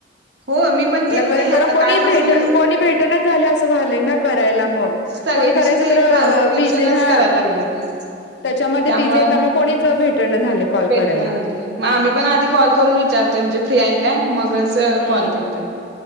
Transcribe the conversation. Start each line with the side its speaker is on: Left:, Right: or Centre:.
Right: हो मी पण
Left: मला
Right: केलं
Left: खरं
Right: नाही आता
Left: खरं कोणी
Right: कालपासून
Left: भेट कोणी भेटणा झालं असं व्हायलय का? करायला मग
Right: सगळे
Left: कॉल करायच
Right: कसे ते
Left: तर
Right: ट्रान्स्क्रिप्शनच
Left: बिझी. हा.
Right: करायला लागलेत
Left: त्याच्यामध्ये
Right: त्यामुळं
Left: बिझी आहेत. त्यामुळे मग कोणीच भेटणं झालंय कॉल
Right: भेटना
Left: करायला.
Right: झाले मग आम्ही पण आधी कॉल करून विचारतोय. म्हणजे फ्री आहे काय मगच
Left: हम्म.
Right: कॉल करतोय.